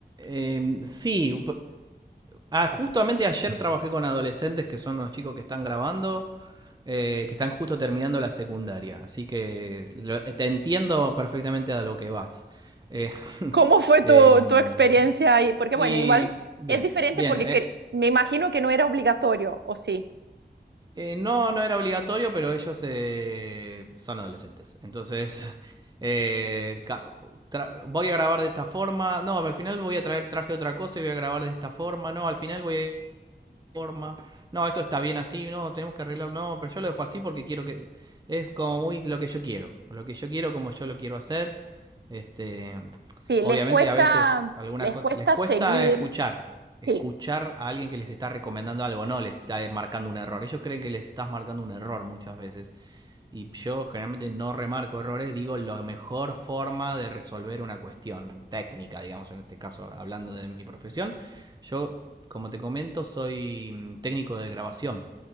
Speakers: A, on the right (about 25°); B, on the right (about 80°).
A: em, sí, ah, justamente ayer trabajé con adolescentes que son los chicos que están grabando, eh, que están justo terminando la secundaria, así que lo- eh, te entiendo perfectamente a lo que vas. Eh, <laughs>
B: ¿Cómo fue tu,
A: em,
B: tu experiencia ahí? Porque
A: y
B: bueno, igual
A: bien,
B: es diferente
A: bien.
B: porque
A: eh,
B: cre- me imagino que no era obligatorio, ¿o sí?
A: Eh, no, no era obligatorio, pero ellos eh, son adolescentes. Entonces, <laughs> eh, ca- tra- voy a grabar de esta forma. No, al final voy a traer, traje otra cosa y voy a grabar de esta forma. No, al final voy a de esta forma. No, esto está bien así. No, tenemos que arreglarlo. No, pero yo lo dejo así porque quiero que. Es como muy lo que yo quiero. Lo que yo quiero, como yo lo quiero hacer. Este,
B: Sí,
A: obviamente
B: les cuesta,
A: a veces algunas
B: les
A: cosas
B: cuesta
A: les cuesta
B: seguir,
A: escuchar, escuchar
B: sí,
A: a alguien que les está recomendando algo, no les está marcando un error. Ellos creen que les estás marcando un error muchas veces y yo generalmente no remarco errores, digo la mejor forma de resolver una cuestión técnica, digamos, en este caso hablando de mi profesión. Yo, como te comento, soy mm, técnico de grabación.